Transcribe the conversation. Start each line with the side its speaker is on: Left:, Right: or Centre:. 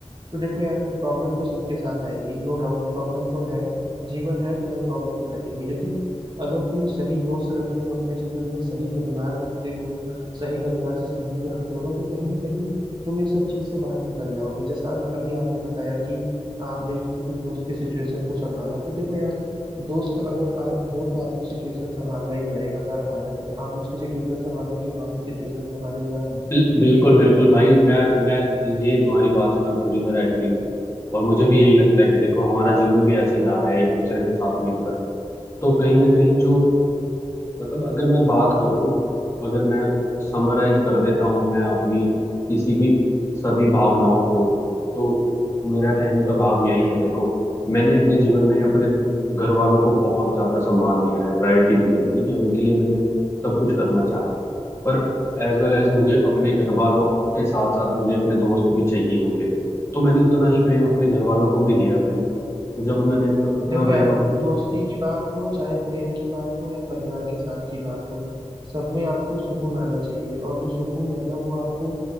Right: तो देखो यार प्रॉब्लम तो सबके साथ आएगी नो डाउट प्रॉब्लम तो है जीवन है तो भाई प्रॉब्लम तो रहेगी लेकिन अगर तुम सही दोस्त रखते हो अपने जीवन में सही परिवार रखते हो सही परिवार से संबंध रखते हो ना तो कहीं ना कहीं तुम इन सब चीज से बाहर निकल जाओगे जैसा अभी अभी आपने बताया कि आपने उस, उस दोस्त की सिचुएशन को संभाला तो देखो यार दोस्त अगर आप हो तो आपको सिचुएशन संभालना ही पड़ेगा हर हालत में आप उसकी सिचुएशन संभालोगे वो आपकी सिचुएशन संभालेगा क्योंकि
Left: बिल, बिल्कुल
Right: अगर
Left: बिल्कुल भाई मैं मैं ये तुम्हारी बात से मैं पूरी तरह एग्री हूँ और मुझे भी यही लगता है कि देखो हमारा जीवन भी ऐसे ही रहा है एक दूसरे के साथ मिलकर तो कहीं ना कहीं जो मतलब अगर मैं बात करूं अगर मैं समराइज कर देता हूं मैं अपनी किसी भी सभी भावनाओं को तो मेरा कहने का भाव यही है देखो मैंने अपने जीवन में अपने घर वालों को बहुत ज्यादा सम्मान दिया है प्रायोरिटी दी है ठीक है उनके लिए मैंने सब कुछ करना चाहा पर एज वेल एज मुझे अपने घर वालों के साथ साथ मुझे अपने दोस्त भी चाहिए होंगे तो मैंने उतना ही प्रेम अपने घर वालों को भी दिया भाई तो जब मैंने अपना उतना
Right: देखो
Left: प्रेम
Right: यार दोस्ती की बात हो चाहे प्रेम की बात हो या परिवार के साथ की बात हो सब में आपको सुकून आना चाहिए और जो सुकून है ना वो आपको